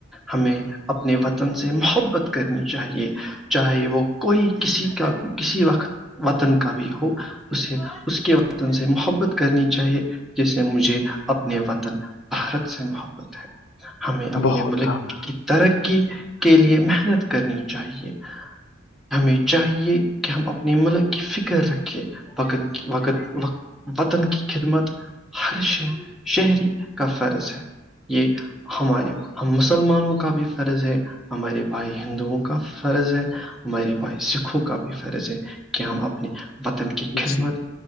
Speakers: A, in the centre; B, on the left.
A: ہمیں اپنے وطن سے محبت کرنی چاہیے چاہے وہ کوئی کسی کا کسی وقت وطن کا بھی ہو اسے اس کے وطن سے محبت کرنی چاہیے جیسے مجھے اپنے وطن بھارت سے مہ ہمیں اپنے
B: بہت
A: ملک
B: آنا
A: کی ترقی کے لیے محنت کرنی چاہیے ہمیں چاہیے کہ ہم اپنی ملک کی فکر رکھیں وقت وقت وطن کی خدمت ہر ش شہری کا فرض ہے یہ ہمارے ہم مسلمانوں کا بھی فرض ہے ہمارے بھائی ہندوؤں کا فرض ہے ہمے بھائی سکھوں کا بھی فرض ہے کہ ہم اپنے وطن کی خدمت
B: جی